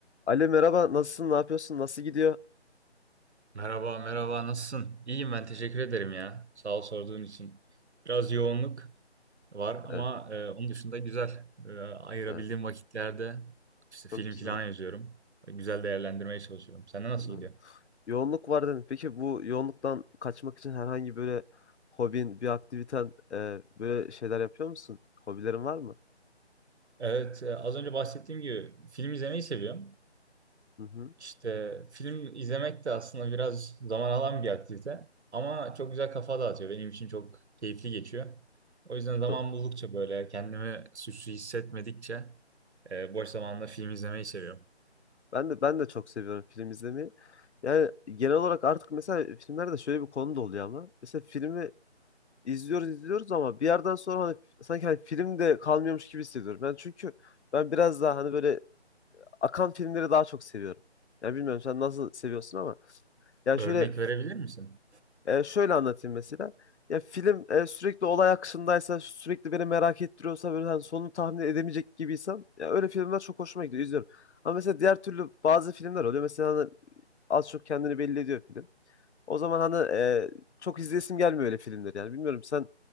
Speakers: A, on the left (about 75°); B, on the right (about 75°).
A: Ali merhaba, nasılsın, ne yapıyorsun, nasıl gidiyor?
B: Merhaba, merhaba. Nasılsın? İyiyim ben. Teşekkür ederim ya. Sağ ol sorduğun için. Biraz yoğunluk var ama
A: Evet,
B: e, onun dışında güzel. E, ayırabildiğim
A: evet,
B: vakitlerde işte film
A: çok güzel.
B: falan yazıyorum. Güzel değerlendirmeye çalışıyorum. Sende nasıl
A: Anladım.
B: gidiyor?
A: Yoğunluk var dedin. Peki bu yoğunluktan kaçmak için herhangi böyle hobin, bir aktiviten, e, böyle şeyler yapıyor musun? Hobilerin var mı?
B: Evet, e, az önce bahsettiğim gibi film izlemeyi seviyorum.
A: Hı hı.
B: İşte film izlemek de aslında biraz zaman alan bir aktivite. Ama çok güzel kafa dağıtıyor. Benim için çok keyifli geçiyor. O yüzden zaman
A: Do-
B: buldukça böyle kendimi suçlu hissetmedikçe Ee, boş zamanında film izlemeyi seviyorum.
A: Ben de ben de çok seviyorum film izlemeyi. Yani genel olarak artık mesela filmlerde şöyle bir konu da oluyor ama mesela filmi izliyoruz izliyoruz ama bir yerden sonra hani sanki hani film de kalmıyormuş gibi hissediyorum. Ben çünkü ben biraz daha hani böyle akan filmleri daha çok seviyorum. Ya bilmiyorum sen nasıl seviyorsun ama yani
B: Örnek
A: şöyle
B: verebilir misin?
A: e, şöyle anlatayım mesela. Ya film e, sürekli olay akışındaysa, sürekli beni merak ettiriyorsa böyle hani sonunu tahmin edemeyecek gibiysem ya öyle filmler çok hoşuma gidiyor, izliyorum. Ama mesela diğer türlü bazı filmler oluyor. Mesela hani az çok kendini belli ediyor film. O zaman hani e, çok izleyesim gelmiyor öyle filmleri yani. Bilmiyorum sen